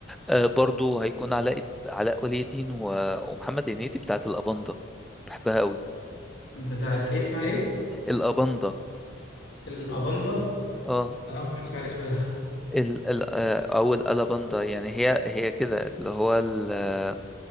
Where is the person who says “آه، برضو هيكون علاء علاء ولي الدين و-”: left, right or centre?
Centre